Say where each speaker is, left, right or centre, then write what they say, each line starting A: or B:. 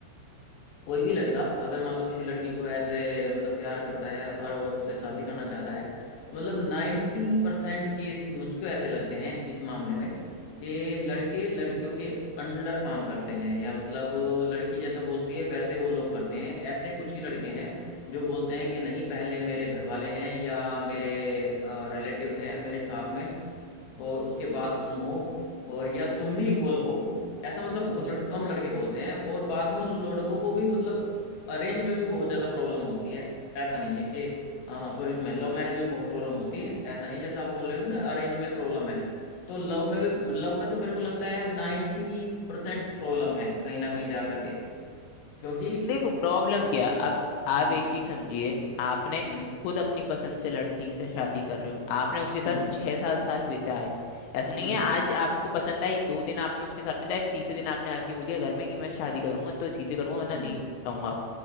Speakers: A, on the left; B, on the left.
A: कोई भी लड़का अगर मान लो किसी लड़की को ऐसे मतलब प्यार करता है और वो उससे शादी करना चाहता है मतलब नाइन्टी परसेंट केस मुझको ऐसे लगते हैं इस मामले में कि लड़के लड़कियों के अंडर काम करते हैं या मतलब लड़की जैसा बोलती है वैसे वो लोग करते हैं ऐसे कुछ ही लड़के हैं जो बोलते हैं कि नहीं पहले मेरे घर वाले हैं या मेरे रिलेटिव हैं मेरे साथ में और उसके बाद तुम हो और या तुम भी इक्वल हो ऐसा मतलब बहुत लड़, कम लड़के बोलते हैं और बाद में उन लड़कों को भी मतलब अरेंज में भी बहुत ज्यादा प्रॉब्लम होती है ऐसा नहीं है कि सॉरी इसमें लव मैरिज में बहुत प्रॉब्लम होती है ऐसा नहीं है जैसा आप बोल रहे हो कि ना अरेंज में प्रॉब्लम है तो लव में भी लव में तो मेरे को लगता है नाइन्टी परसेंट प्रॉब्लम है कहीं ना कहीं जा करके क्योंकि
B: देखो प्रॉब्लम क्या है? अब आप
A: हम्म
B: एक चीज समझिए आपने
A: हम्म
B: खुद अपनी पसंद से लड़की से शादी कर रहे हो आपने उसके साथ
A: हम्म
B: छह सात साल बिताए ऐसा नहीं
A: हम्म
B: है आज आपको पसंद आई दो दिन आपने उसके साथ बिताए तीसरे दिन आपने आके बोल दिया घर में कि मैं शादी करूंगा तो इसी से करूंगा वरना
A: हम्म
B: नहीं रहूंगा